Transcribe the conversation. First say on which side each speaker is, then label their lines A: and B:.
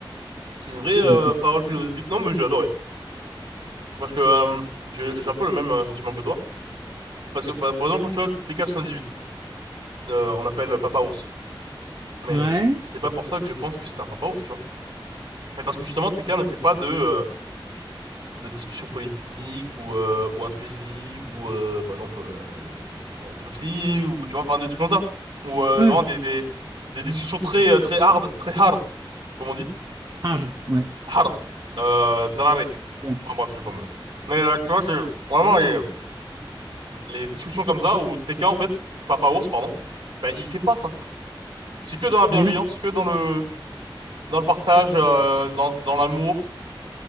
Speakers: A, on the right; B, on the right.
A: C'est une vraie euh,
B: Ouais, c'est tout.
A: parole philosophique. Non, mais j'ai adoré. Parce que euh, j'ai j'ai un peu le même euh, sentiment que toi. Parce que par, par exemple, tu vois, TK78, euh, on appelle Papa Ours. Mais
B: Ouais,
A: c'est pas pour ça que je pense que c'est un Papa Ours, tu vois. Mais parce que justement, TK ne fait pas de... euh, de discussions politiques ou, euh, ou intrusives ou euh, par exemple euh, pédophilie ou tu vois enfin des trucs comme ça ou euh,
B: ouais,
A: vraiment des, des des discussions très euh, très hard très hard comme on dit
B: ah, ouais,
A: hard euh, drare.
B: bien.
A: bon bref je vais pas me mais euh, tu vois c'est vraiment les, les discussions comme ça où TK en fait Papa Ours pardon ben il fait pas ça c'est que dans la bienveillance
B: Et non,
A: que dans le dans le partage euh, dans dans l'amour